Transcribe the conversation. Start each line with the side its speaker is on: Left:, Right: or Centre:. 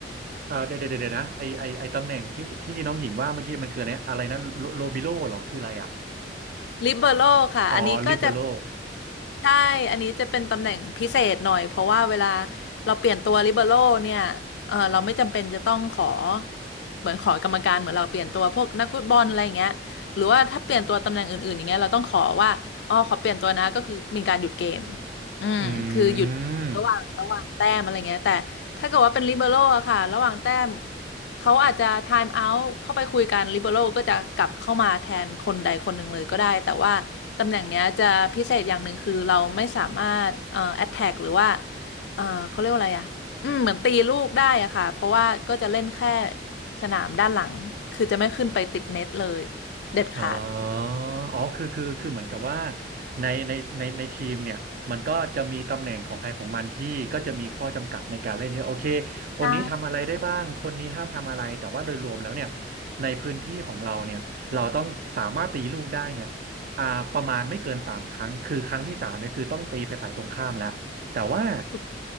Right: เออเดี๋ยวเดี๋ยวเดี๋ยวนะไอไอไอตำแหน่งที่ที่น้องหญิงว่าเมื่อกี้มันคืออะไรอะไรนะโลโลบิโลเหรอคืออะไรอ่ะ
Left: ลิเบโร่ค่ะอันนี้ก็จะ
Right: อ๋อลิเบโร
Left: ใช่ อันนี้จะเป็นตำแหน่งพิเศษหน่อยเพราะว่าเวลาเราเปลี่ยนตัวลิเบโร่เนี่ยเออเราไม่จำเป็นจะต้องขอเหมือนขอกรรมการเหมือนเราเปลี่ยนตัวพวกนักฟุตบอลอะไรอย่างเงี้ยหรือว่าถ้าเปลี่ยนตัวตำแหน่งอื่นๆอย่างเงี้ยเราต้องขอว่าอ๋อขอเปลี่ยนตัวนะก็คือมีการหยุดเกมอืมคือหยุดระหว่างระหว่างแต้มอะไรเงี้ยแต่ถ้าเกิดว่าเป็นลิเบโร่อะค่ะระหว่างแต้ม
Right: อืม
Left: เขาอาจจะไทม์เอาท์เข้าไปคุยกันลิเบโร่ก็จะกลับเข้ามาแทนคนใดคนหนึ่งเลยก็ได้แต่ว่า ตำแหน่งเนี้ยจะพิเศษอย่างหนึ่งคือเราไม่สามารถเอ่อแอ t แทกหรือว่าเอ่อเขาเรียกว่าอะไรอ่ะอืมเหมือนตีลูกได้อะค่ะเพราะว่าก็จะเล่นแค่สนามด้านหลังคือจะไม่ขึ้นไปติดเน็ตเลยเด็ดขาด
Right: อ๋ออ๋อคือคือคือเหมือนกับว่าในในในในทีมเนี่ยมันก็จะมีตำแหน่งของใครของมันที่ก็จะมีข้อจำกัดในการเล่นเยอะโอเคคนนี้ทำอะไรได้บ้างคนนี้ห้ามทำอะไรแต่ว่าโดยรวมแล้วเนี่ย
Left: ใช่
Right: ในพื้นที่ของเราเนี่ยเราต้องสามารถตีลูกได้เนี่ยอ่าประมาณไม่เกินสามครั้ง คือครั้งที่สามเนี่ยคือต้องตีไปฝ่ายตรงข้ามแล้ว แต่ว่า
Left: ถูก